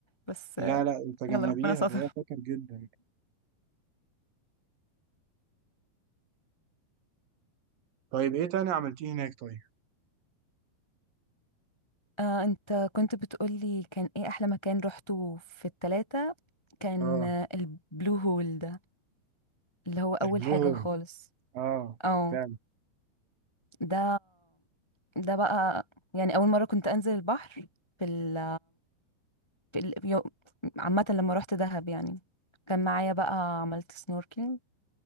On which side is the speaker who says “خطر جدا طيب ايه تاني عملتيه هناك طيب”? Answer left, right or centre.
Right